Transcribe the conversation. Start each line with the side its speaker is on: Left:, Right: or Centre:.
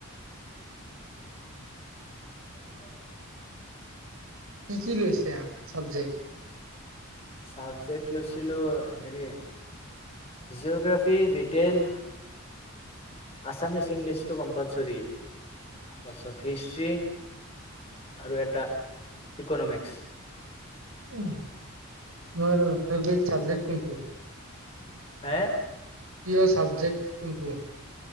Left: <unintelligible>
Right: কি কি লৈছা চাবজেক্ট
Left: চাবজেক্ লৈছিলো হেৰি জগ্ৰাফি, ৰিটেইল, আছামিচ, ইংলিছটো কম্পালচৰি পাছত হিষ্ট্ৰি আৰু এটা ইকনমিক্স
Right: উম তোমাৰ <unintelligible> চাবজেক্ট কোনটো?
Left: হে
Right: প্ৰিয় ছাবজেক্ট কোনটো?